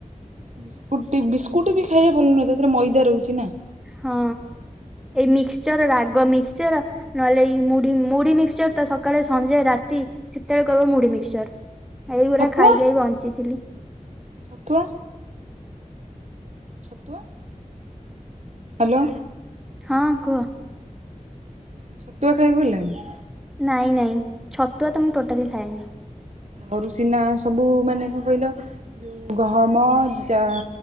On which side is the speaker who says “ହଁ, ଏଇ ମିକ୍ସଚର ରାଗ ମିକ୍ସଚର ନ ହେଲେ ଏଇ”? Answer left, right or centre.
Centre